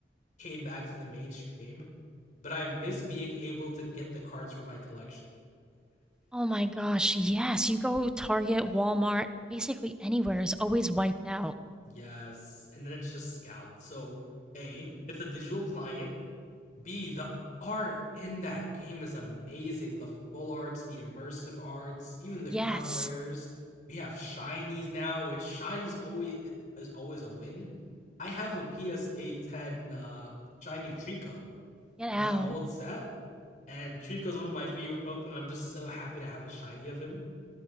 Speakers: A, on the left (about 45°); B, in the centre.
A: came back to the mainstream, but I miss being able to get the cards for my collection.
B: Oh my gosh, yes. You go Target, Walmart, basically anywhere is always wiped out.
A: <laughs> yes, and then it's just scalped. So, A, it's a digital client, B, the art in that game is amazing. The full arts, the immersive arts, even the
B: Yes.
A: crown rares. We have shinies now, which shinies always is always a win. I have a PSA 10 uh, shiny Trico
B: Get
A: from
B: out.
A: that old set, and Trico's one of my favorite Pokemon. and I'm just so happy to have a shiny of him.